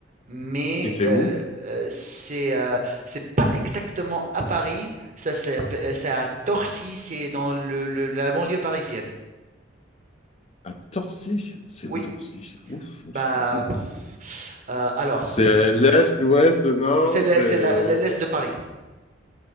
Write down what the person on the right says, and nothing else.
mais
euh, euh, c'est euh, c'est pas exactement à Paris, ça c'est c'est à Torcy, c'est dans le, le- la banlieue parisienne.
Oui,
bah
euh, alors
c'est le-
c'est la- l'est de Paris.